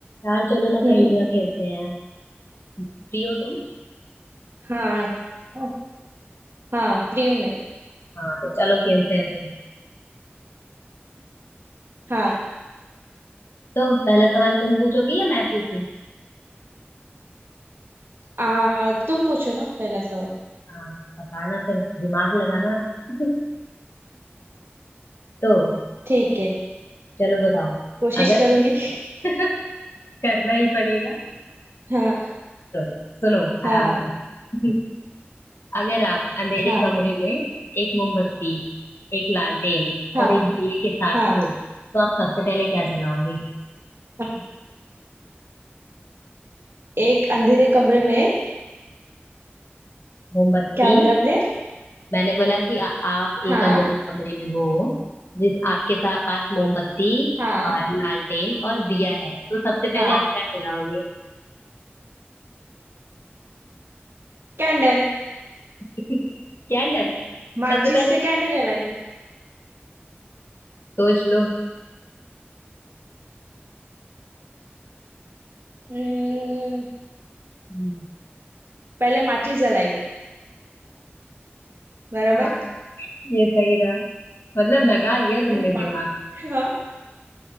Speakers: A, on the left; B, on the right.
A: यार चलो ना
B: हम्म
A: पहेलियां खेलते हैं फ्री हो तुम
B: हाँ हाँ। हाँ फ्री हूँ मैं
A: हाँ तो चलो खेलते हैं फिर
B: हाँ
A: तो पहला सवाल तुम पूछोगी या मैं पूछूं
B: आ, तुम पूछो ना पहला सवाल
A: हाँ बताना फिर दिमाग लगाना <laughs> तो
B: ठीक है
A: चलो बताओ
B: कोशिश
A: अगर
B: करूंगी
A: <laughs> करना ही पड़ेगा
B: <laughs> हाँ
A: तो सुनो
B: हाँ
A: आराम से <laughs> अगर आप अंधेरे
B: हाँ
A: कमरे में एक मोमबत्ती एक लालटेन
B: हाँ
A: और एक दिए के साथ
B: हाँ
A: हो तो आप सबसे पहले क्या जलाओगे
B: हाँ। एक अंधेरे कमरे में
A: मोमबत्ती
B: क्या बोले आपने
A: मैंने बोला कि आ, आप एक
B: हाँ
A: अंधेरे कमरे में हो जिस आपके सा- पास मोमबत्ती
B: हाँ
A: और लालटेन और दिया है तो सबसे पहले
B: हाँ
A: आप क्या जलाओगे
B: कैंडल
A: <laughs> कैंडल
B: माचिस
A: सबसे पहले
B: से कैंडल जलाएगी
A: सोच लो
B: हम्म,
A: हम्म,
B: पहले माचिस जलाएगी बराबर
A: हाँ ये सही था मतलब लगा लिया तुमने
B: फिर मा-
A: दिमाग
B: हाँ